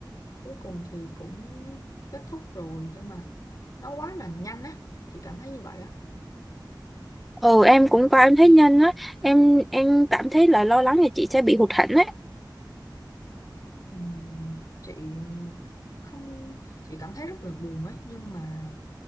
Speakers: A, on the left; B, in the centre.
A: cuối cùng thì cũng kết thúc rồi nhưng mà nó quá là nhanh á chị cảm thấy như vậy á
B: ừ em cũng qua em thấy nhanh á em em cảm thấy là lo lắng là chị sẽ bị hụt hẫng á
A: Ừm, chị không chị cảm thấy rất là buồn ấy nhưng mà